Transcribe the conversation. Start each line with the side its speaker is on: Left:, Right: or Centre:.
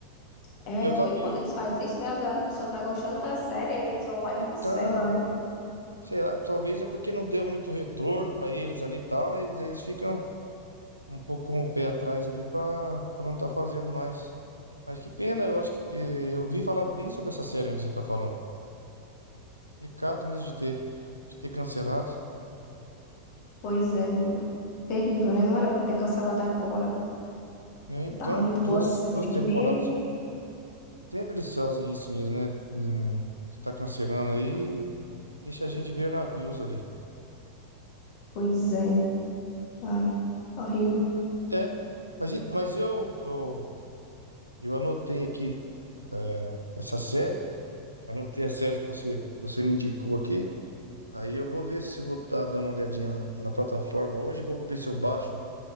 Left: É
Right: E Eu,
Left: ruim
Right: ta- eu...
Left: quando eles fazem isso, né? Às vezes a pessoa tá gostando da série, aí eles vão lá
Right: Então,
Left: e cancela, né?
Right: será? Talvez é porque não deu muito retorno pra eles ali e tal, né? Eles, eles ficam um pouco com o pé atrás ali pra pra não estar fazendo mais. Mas que pena, eu acho que eh, eu vi falar bem sobre essa série mesmo que você tá falando. Pecado mesmo de ter, de ter cancelado,
Left: Pois é, menino. terrível, né? Não era pra ter cancelado agora.
Right: né? Então,
Left: Tava muito
Right: duas,
Left: boa a série,
Right: duas temporadas
Left: que nem.
Right: só. Sempre eles fazem isso mesmo, né? Hum, Tá cancelando aí, deixa a gente ver navios ali.
Left: Pois é. Ai, horrível.
Right: É, mas, en- mas eu, eu, eu anotei aqui eh, essa série, anotei as séries que você, você me indicou aqui. Aí eu vou ver se eu vou estar dando uma olhadinha na, na plataforma hoje, vou ver se eu baixo